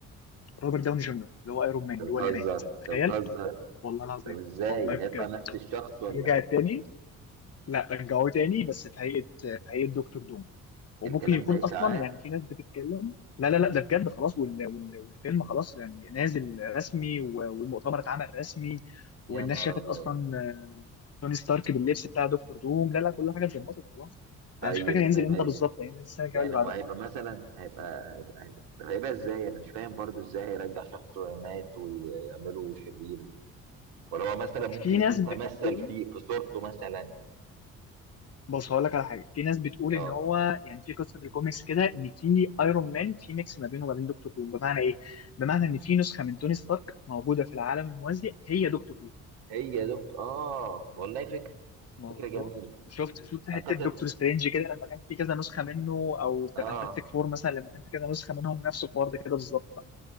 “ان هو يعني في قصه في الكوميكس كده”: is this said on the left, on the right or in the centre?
Left